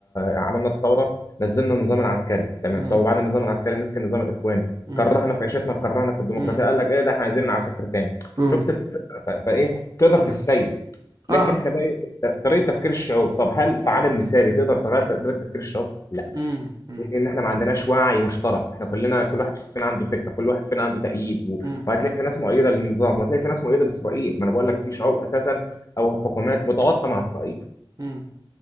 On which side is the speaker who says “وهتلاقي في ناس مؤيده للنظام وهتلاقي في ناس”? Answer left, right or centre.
Left